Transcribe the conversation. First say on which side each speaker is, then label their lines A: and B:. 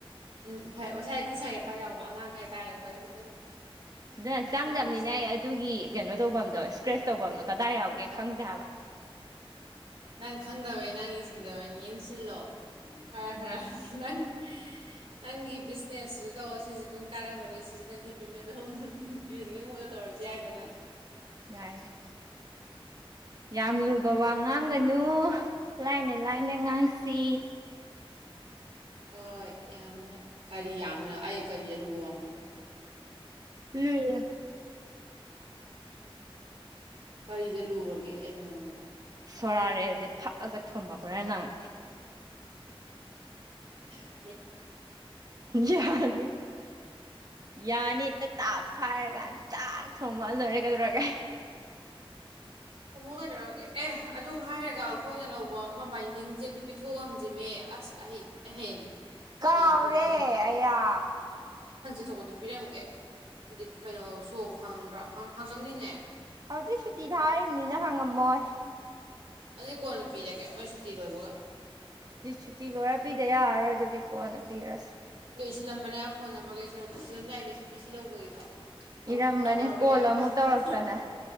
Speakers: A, on the right; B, on the right.
A: ꯎꯝ ꯍꯣꯏ ꯃꯁꯥꯏ ꯈꯨꯠꯁꯥ ꯀꯩꯀꯥ ꯌꯥꯎꯕ ꯑꯉꯥꯡ ꯍꯥꯏꯇꯥꯔꯦꯀꯣ ꯑꯩꯁꯦ ꯑꯗꯨꯝ
B: ꯗꯨꯅ ꯆꯥꯡꯗꯝꯅꯤꯅ
A: ꯆꯥꯔꯤꯁꯦ
B: ꯑꯩ ꯑꯗꯨꯒꯤ ꯀꯩꯅꯣ ꯇꯧꯕꯝꯗꯣ ꯐꯔ꯭ꯦꯁ ꯇꯧꯕꯝꯗꯣ ꯀꯗꯥꯏ ꯌꯥꯎꯒꯦ ꯈꯪꯗꯦ ꯍꯥꯏꯕ
A: ꯅꯪ ꯈꯪꯗꯕꯩ ꯅꯪ ꯌꯦꯡꯁꯤꯟꯗꯕꯩꯅꯤ ꯌꯦꯡꯁꯤꯜꯂꯣ ꯈꯔ
B: ꯎꯝ
A: ꯈꯔ ꯅꯪ ꯅꯪꯒꯤ ꯕꯤꯖꯅꯦꯁꯨ ꯇꯧꯑꯣ ꯁꯤꯁꯨ ꯑꯗꯨꯝ ꯀꯥꯟꯔꯕꯅꯤ ꯁꯤꯁꯨ ꯅꯪ ꯍꯤꯞ ꯍꯤꯄꯅ ꯑꯗꯨꯝ <unintelligible> ꯇꯧꯔꯁꯨ ꯌꯥꯏꯗꯅ
B: ꯌꯥꯏ ꯌꯥ ꯌꯥꯝ
A: ꯑꯗꯨꯅꯦ
B: ꯂꯨꯕ ꯋꯥ ꯉꯥꯡꯒ ꯅꯨ ꯂꯥꯏꯅ ꯂꯥꯏꯅ ꯉꯥꯡꯁꯤ
A: ꯍꯣꯏ ꯌꯥꯝꯅ ꯀꯔꯤ ꯌꯥꯝꯕꯅꯣ ꯑꯩ ꯀꯔꯤ ꯑꯔꯨꯕ ꯋꯥ ꯉꯥꯡꯕ
B: ꯂꯨꯏ
A: ꯀꯔꯤꯗ ꯂꯨꯔꯒꯦ ꯑꯩꯅ ꯉꯥꯡꯕꯗ
B: ꯁꯣꯔꯥꯔꯦꯜꯁꯦ ꯐꯛꯑꯒ ꯊꯣꯝꯃꯛꯎꯔꯦ ꯅꯪ
A: ꯍ
B: ꯌꯥꯅꯤ ꯌꯥꯅꯤꯛꯇ ꯇꯥꯞ ꯐꯥꯔꯒꯥꯟꯗ ꯇꯥꯛ ꯊꯣꯝꯃꯛꯑ ꯂꯣꯏꯔꯦ ꯀꯩꯗꯧꯔꯒꯦ
A: ꯊꯣꯃꯣ ꯀꯩꯗꯧꯔꯒꯦ ꯑꯦ ꯑꯗꯨ ꯍꯥꯏꯔꯒ ꯑꯈꯣꯏꯅ ꯂꯧꯕ ꯑꯃ ꯕꯥꯏꯟꯗꯤꯡꯖꯦꯟꯗꯨ ꯄꯤꯊꯣꯛꯑꯝꯖꯦꯃꯤ ꯑꯁ ꯑꯩ ꯑꯩ ꯍꯌꯦꯡ
B: ꯀꯥꯎꯔꯦ
A: ꯍꯌꯦꯡ ꯊꯣꯛꯑꯣꯏ
B: ꯑꯌꯥ
A: ꯑꯆꯧꯕꯗꯨꯣ ꯄꯤꯔꯝꯒꯦ ꯗꯤ ꯀꯩꯅꯣ ꯁꯣꯕꯨ ꯍꯥꯡꯉꯝꯗꯔꯣ ꯍꯥꯡ ꯍꯥꯡꯉꯝꯅꯤꯅꯦ
B: ꯍꯧꯖꯤꯛ ꯁꯨꯇꯤ ꯊꯥꯔꯤꯝꯅꯤꯅ ꯍꯪꯉꯝꯃꯣꯏ
A: ꯑꯗꯨ ꯀꯣꯟꯅ ꯄꯤꯔꯒꯦ ꯃꯣꯏ ꯁꯨꯇꯤ ꯂꯣꯏꯕꯒ
B: ꯁꯇꯤ ꯁꯨꯇꯤ ꯂꯣꯏꯔ ꯄꯤꯗꯦ ꯌꯥꯔꯣꯏ ꯗꯨꯗꯤ ꯀꯣꯟ ꯄꯔꯁꯤ
A: ꯁꯤꯜꯂꯝꯕꯅꯦ ꯐꯣꯟ ꯅꯝꯕꯔꯒ ꯏꯁꯤꯂꯝ ꯁꯤꯜꯂꯝꯗꯥꯏꯗ ꯁꯤ ꯄꯤ ꯁꯤ ꯂꯧꯕꯒꯤꯗꯣ ꯑꯃꯨꯛ
B: ꯏꯔꯝꯕꯅꯦ
A: ꯐꯣꯟꯒ ꯇꯧꯔꯛꯀꯅꯦꯕ
B: ꯀꯣꯜ ꯑꯃꯨꯛ ꯇꯧꯔꯛꯇꯅ
A: ꯐꯣꯟ